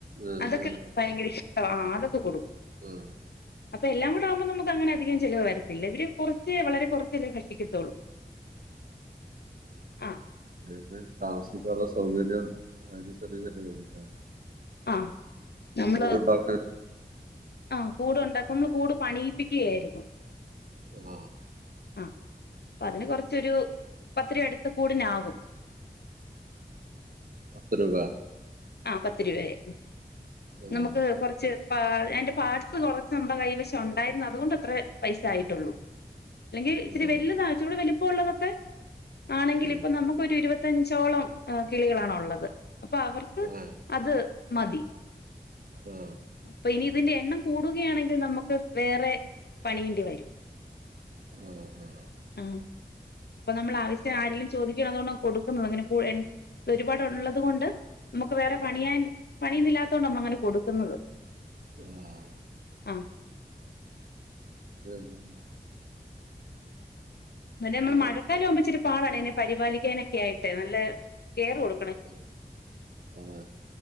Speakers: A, on the right; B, on the left.
A: ആഹ്
B: അതൊക്കെ
A: ആഹ്
B: ഭയങ്കര ഇഷ്ട്ടാ ആഹ് അതക്കകൊടു
A: ആഹ്
B: അപ്പ എല്ലാം കൂടാവുമ്പോ നമക്ക് അങ്ങനെ അധികം ചെലവ് വരത്തില്ല ഇവര് കൊറച്ച് വളരെ കൊറച്ചല്ലെ ഭക്ഷിക്കത്തോള്ളു അഹ്
A: ഐനെ താമസിക്കാനുള്ള സൗകര്യം അനുസരിചല്ലെ വെരുന്നെ
B: അഹ് നമ്മള്
A: കൂടുണ്ടാക്കാൻ
B: അഹ് കൂട് ഉണ്ടാക്കും നമ്ള് കൂട് പണീപ്പിക്കയാര്ന്നു
A: ആഹ്
B: അഹ് അപ്പ അതിന് കൊറച്ചൊരു പത്തിരൂവ അടുത്ത് കൂട്നാകും
A: പത്ത് രൂപ
B: ആഹ് പത്ത് രൂപയായി
A: ആ
B: നമുക്ക് കൊറച്ച് പാ ഐന്റ പാർട്സ് കൊറച്ച് നമ്മുടെ കൈവശം ഒണ്ടായിരുന്ന് അതുകൊണ്ടത്രേ പൈസ ആയിട്ടൊള്ളൂ അല്ലെങ്കി ഇച്ച്‌രി
A: ആ
B: വെല്താ ഇച്ചിരൂട വെലുപോള്ളതൊക്കെ ആണെങ്കില്
A: ഉം
B: ഇപ്പ നമുക്കൊര് ഇരുപത്തഞ്ചോളം ആഹ് കിളികളാണ് ഉള്ളത് അപ്പ അവർക്ക്
A: ആ
B: അത് മതി
A: ആ
B: അപ്പ ഇനി ഇതിന്റെ എണ്ണം കൂടുകയാണെങ്കിൽ നമുക്ക് വേറെ പണിയേണ്ടി വരും
A: ആ ആ
B: ആഹ് അപ്പൊ നമ്മള ആവശ്യ ആരിലും ചോദിക്കാ അത് കൊണ്ട് കൊട്ക്കുന്നതാ അങ്ങനെ പുഴ എൻ ഒരു പാടുള്ളത് കൊണ്ട് ക്ക് വേറെ പണിയാൻ പണി ഇതില്ലാത്തോണ്ടമ്മള് അങ്ങനെ കൊട്ക്കുന്നത്
A: ആഹ്
B: അഹ്
A: ഇതെന്ത്
B: തന്നെ അമ്മള്
A: പിന്നെ
B: മഴക്കാലാമ്പംഇച്ചിരി പാടാണ് അയ്നെ പരിപാലിക്കാനെക്കെ ആയ്ട്ട് നല്ല കെറ് കൊട്
A: പിന്നെ